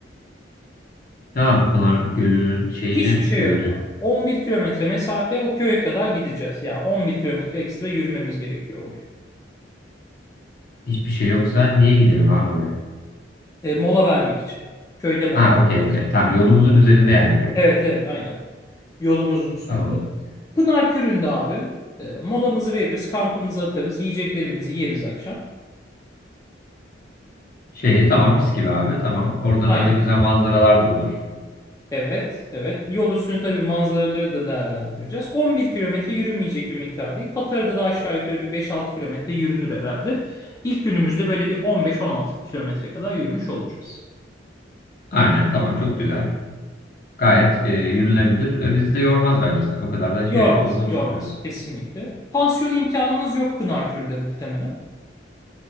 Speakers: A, on the left; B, on the left.
A: Ne abi Pınar Gölü'nün şeyine,
B: Hiçbir şey
A: köyünün
B: yok abi. 11 kilometre mesafe o köye kadar gideceğiz. Yani 11 kilometre ekstra yürümemiz gerekiyor o gün.
A: hiçbir şey yoksa niye gidelim abi oraya?
B: E, mola vermek için. Köyde mola
A: Ha
B: vereceğiz.
A: okey okey. Tamam
B: Aha.
A: yolumuzun üzerinde yani köy.
B: Evet evet aynen. Yolumuzun üstünde.
A: Tamam.
B: Pınar Kürü'nde abi. e, molamızı veririz, kampımızı atarız, yiyeceklerimizi yeriz akşam.
A: Şey tamam mis gibi abi tamam. Orada
B: Aynen.
A: zaten güzel manzaralar da olur.
B: Evet, evet. Yol üstünü tabii manzaraları da değerlendireceğiz. 11 kilometre yürünmeyecek bir miktar değil. Patara'da da aşağı yukarı bir 5-6 kilometre yürünür herhalde. İlk günümüzde böyle bir 15-16 kilometre kadar yürümüş olacağız.
A: Aynen tamam çok güzel. Gayet e, yürünebilir ve bizi de yormaz bence. O kadar da
B: Yormaz,
A: şey olduğunu
B: yormaz
A: düşünmüyorum.
B: kesinlikle. Pansiyon imkanımız yok Pınarkürü'de muhtemelen.